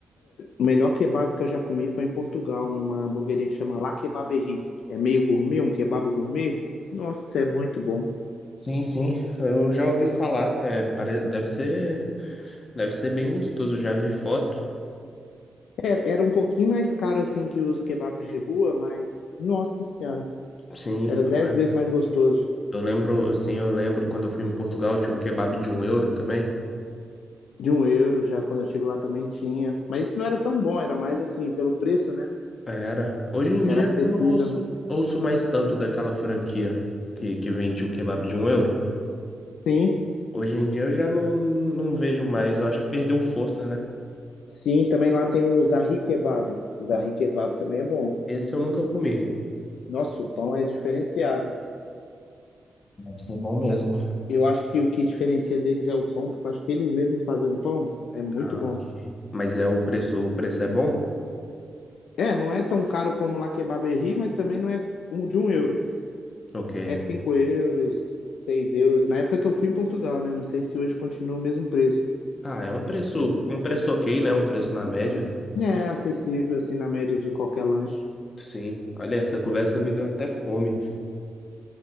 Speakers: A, on the left; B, on the left.
A: O melhor kebab que eu já comi foi em Portugal, numa hamburgueria que chama La Kebaberie. É meio gourmet, um kebab gourmet. Nossa, é muito bom.
B: Sim, sim, eu já ouvi falar. É, pare... deve ser, deve ser bem gostoso. Eu já vi foto.
A: Era, era um pouquinho mais caro assim que os kebabs de rua, mas nossa senhora,
B: Sim,
A: era dez
B: eu lembro.
A: vezes mais gostoso.
B: Eu lembro, sim, eu lembro quando eu fui em Portugal, tinha o kebab de um euro também.
A: De um euro, já quando eu estive lá também tinha. Mas isso não era tão bom, era mais assim, pelo preço, né?
B: Era. Hoje em
A: Era
B: dia
A: acessível.
B: eu não ouço, ouço mais tanto daquela franquia que, que vende o kebab de um euro.
A: Sim,
B: Hoje em dia eu já não, não vejo mais. Eu acho que perdeu força, né?
A: sim, também lá tem o Zahri Kebab. Zahri Kebab também é bom.
B: Esse eu nunca comi.
A: Nossa, o pão é diferenciado.
B: Deve ser bom mesmo.
A: Eu acho que o que diferencia deles é o pão, porque eu acho que eles mesmos fazem um pão. É muito
B: Ah,
A: bom.
B: ok. Mas é o preço, o preço é bom?
A: É, não é tão caro como lá Kebaberri, mas também não é um, de um euro.
B: Ok.
A: É cinco euros, seis euros. Na época que eu fui em Portugal, né? Não sei se hoje continua o mesmo preço.
B: Ah, é um preço, um preço ok, né? Um preço na média.
A: É acessível, assim, na média de qualquer lanche.
B: Sim. Olha, essa conversa me deu até fome.